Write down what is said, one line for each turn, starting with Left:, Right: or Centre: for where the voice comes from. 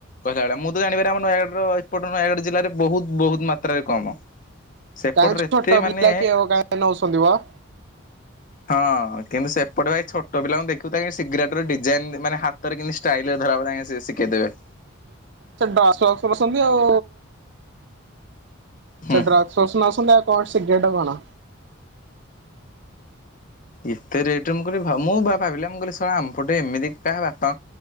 Left: କହିଲା ଭଳୀଆ ମୁଁ ତ ଜାଣିବାରେ ଆମ ନୟାଗଡ଼ର ଏପଟ ନୟାଗଡ ଜିଲ୍ଲାରେ ବହୁତ ବହୁତ ମାତ୍ରାରେ କମ। ସେପଟରେ
Right: କାହିଁକି
Left: ଏତେ
Right: ଛୋଟ
Left: ମାନେ
Right: ପିଲା କି ହେବ କାଇଁ ନଉଛୁ ଶୋଦିବ।
Left: ହଁ କିନ୍ତୁ ସେପଟେ ଭାଇ ଛୋଟ ପିଲାଙ୍କୁ ଦେଖିବୁ ତାଙ୍କେ ସିଗିରାଟେ ଡିଜାଇନ ମାନେ ହାତରେ କିିମତି ଷ୍ଟାଇଲ ରେ ଧରାହବ ତା ଶିକେଇ ଦେବେ।
Right: ସେ ଡସ୍ ଫସ୍ ପସନ୍ତି ଆଉ
Left: ହୁଁ।
Right: ଡ୍ରକ୍ସ ଫକ୍ସ ନୋଉଚନ୍ତ ଆଉ କଣ ସିଗାରେଟ୍ ଏଟା କଣ
Left: ଏତେ ରେଟ ରେ ମୁଁ କହିଲି ଭା ମୁଁ ଭା ଭାବିଲି ବା ମୁଁ କହିଲି ଶଳା ଆମପଟେ ଏମିତି କାହା ବାପା